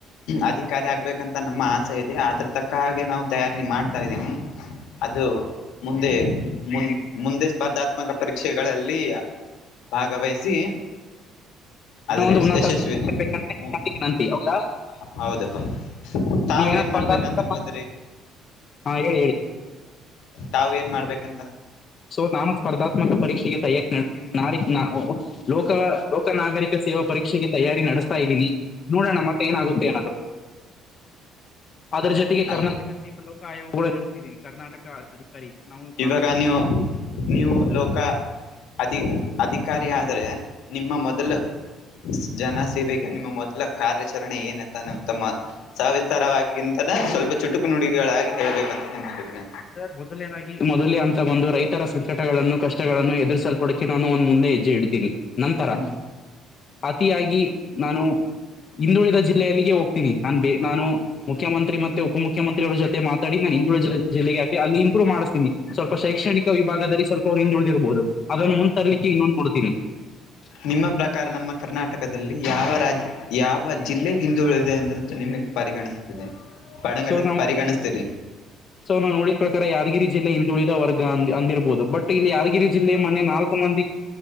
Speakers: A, on the left; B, on the left.
A: ಅಧಿಕಾರಿ ಆಗ್ಬೇಕಂತ ನಮ್ಮ ಆಸೆ ಇದೆ ಅದ್ರ ತಕ್ಕ ಹಾಗೆ ನಾವು ತಯಾರಿ ಮಾಡ್ತವಿ ತ ಇದ್ದೀನಿ <unintelligible> ಅದು ಮುಂದೆ ಮು ಮುಂದೆ ಸ್ಪರ್ಧಾತ್ಮಕ ಪರೀಕ್ಷೆಗಳಲ್ಲಿ ಭಾಗವಹಿಸಿ ಆದ್ರೆ
B: ಏನೋ ಒಂದು ಉನ್ನತ
A: ಯಶಸ್ವಿ
B: ಸ್ಥಾನಕ್ಕೆೇರ್ಬೇಕಂದ್ರೆ ನಿಮ್ಮಲ್ಲಿ
A: ಹೌದು
B: ವಿನಂತಿ ಹೌದಾ
A: ಹೌದು ತಾವು
B: ನೀವೇನ
A: ಏನ್
B: ಸ್ಪರ್ಧಾತ್ಮಕ
A: ಮಾಡ್ಬೇಕು ಅಂತ ಅನ್ಕೊಂಡಿ
B: ಪ- ಹಾ ಹೇಳಿ ಹೇಳಿ
A: ತಾವ್ ಏನ್ ಮಾಡ್ಬೇಕ ಅನ್ಲ್
B: ಸೊ ನಾನು ಸ್ಪರ್ಧಾತ್ಮಕ ಪರೀಕ್ಷೆಗೆ ತಯಾರಿ ನಡೆಸ್ತಿದ್ದೀನಿ ನ ನಾ ಲೋಕ ಲೋಕ ನಾಗರಿಕ ಸೇವಾ ಪರೀಕ್ಷೆಗೆ ತಯಾರಿ ನಡೆಸ್ತಾ ಇದ್ದೀನಿ ನೋಡೋಣ ಮತ್ತೆ ಏನಾಗುತ್ತೆ ಅನ್ನೋದು ಅದು
A: ಹ.
B: ಕರ್ನಾಟಕ ಸೇವಾ ಲೋಕ ಆಯೋಗ ಕೂಡ ನಡೆಸ್ಸತಿದ್ದೀನಿ ಕರ್ನಾಟಕ ಅಧಿಕಾರಿ ನಾವು
A: ಇವಾಗ
B: ಪ್ರಾಮುಖ್ಯವಾಗಿ
A: ನೀವು
B: <unintelligible>
A: ನೀವು ಲೋಕ ಅಧಿ ಅಧಿಕಾರಿ ಆದ್ರೆ ನಿಮ್ಮ ಮೊದಲು ಜನ ಸೇವೆಗೆ ನಿಮ್ಮ ಮೊದಲ ಕಾರ್ಯಾಚರಣೆ ಏನ ಅಂತೋ ತಮ್ಮ ಸವಿಸ್ತಾರವಾಗಿಗಿಂತನ ಸ್ವಲ್ಪ ಚುಟು ನುಡುಿಗಳಾಗಿ ಹೇಳ್ಬೇಕಂತ ನಿಮ್ಮಲ್ಲಿ ವಿನ
B: ಸ ಮೊದಲೇನಾಗಿ ಮೊದಲೇ ಅಂತ ಬಂದು ರೈತರ ಸಂಕಟಗಳನ್ನು ಕಷ್ಟಗಳನ್ನು ಎದುರ್ರಿಸಲ್ ಕೊೊಡಕೆ ನಾನು ಒಂದ್ ಮುಂದೆ ಹೆಜ್ಜೆ ಇಡ್ತೀನಿ ನಂತರ
A: ಹ್ಮ್
B: ಅತಿಯಾಗಿ ನಾನು ಹಿಂದುಳಿದ ಜಿಲ್ಲೆಯಲ್ಲಿಗೆ ಹೋಗ್ತೀನಿ ನಾನ್ ಬ ನಾನು ಮುಖ್ಯಮಂತ್ರಿ ಮತ್ತ ಉಪ ಮುುಖ್ಯಮಂತ್ರಿ ಅವರ ಜೊತೆ ಮಾತ್ರ <unintelligible> ಅಿನ ನೀಳ <unintelligible> ಅಲ್ಲಿ ಇಂಪೂವ್ ಮಾಡಿಸ್ತಿನಿ ಸ್ಲ್ಪ ಶೈಣಿಕ ವಿಭಾಗದಲ್ಲಿ ಸ್ವಲ್ಪ ಹಂದುಿಳಿರಬಹುದು ಅದನ್ನು ಮುಂದ ತರಲಿಕ್ಕೆ ಇನ್ನೊಂದು ನೋತನಿ <unintelligible> ಹ
A: ನಿಮ್ಮ ಪ್ರಕಾರ ನಮ್ಮ ಕರ್ನಾಟಕದಲ್ಲಿ ಯಾವ ರಾಜ್ ಯಾವ ಜಿಲ್ಲೆ ಹಿದೂಗಳಿದೆ ಅನ್ನ ನಿಮಗೆ ಪರಿಗಣಿಸ್ತಿದೆ ಪರಿಗಣಿಸ್
B: ಸೊ ನಾವು
A: ಪರಿಗಣಿಸ್ತೀರಿ
B: ಸೊ ನಾವು ನೋಡಿದ ಪ್ರಕಾರ ಯಾದಗಿರಿ ಜಿಲ್ಲೆ ಹಿಂದುಳಿದ ವರ್ಗ ಅ ಅಂದಿರಬಹುದು ಬಟ್ ಇಲ್ಲಿ ಯಾದಗಿರಿ ಜಿಲ್ಲೆ ಮನೆೆ ನಾಲ್ಕು ಮಂದಿ